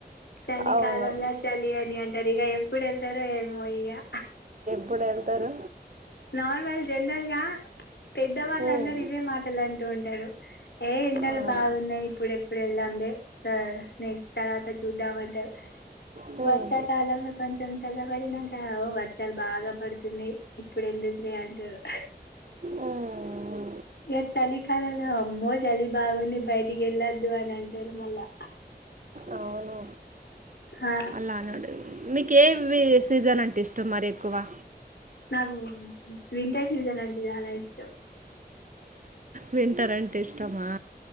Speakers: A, on the left; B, on the right.
A: చలికాలంలో
B: అవును.
A: చలి అని అంటారు, ఇగా ఎప్పుడు వెళ్తారు ఏమో ఇగా.
B: ప్పుడెళ్తారు.
A: నార్మల్ జనరల్ గా, పెద్ద వాళ్ళందరూ
B: హ్మ్.
A: ఇవే మాటలు అంటూ ఉంటారు. ఏ ఎండలు
B: అవును.
A: బాగున్నాయి, ఇప్పుడు ఎప్పుడు వెళ్దాంలే. నెక్స్ట్ తర్వాత చూద్దామంటారు.
B: హ్మ్.
A: వర్షాకాలంలో కొంచెం చల్లబడినాక వర్షాలు బాగా పడుతున్నాయి. ఇప్పుడు ఎందుకులే అంటారు.
B: హ్మ్.
A: ఇగా చలికాలంలో అమ్మో చలి బాగుంది బయటికి వెళ్ళొద్దు అని అంటారు మళ్ళా.
B: అవును
A: ఆ,
B: అలా అనుడు. మిక్ ఏవ్వి. సీజన్ అంటే ఇష్టం మరి. కువా
A: నాకు వింటర్ సీజన్ అంటే చాలా ఇష్టం.
B: వింటారంటే ఇష్టమా.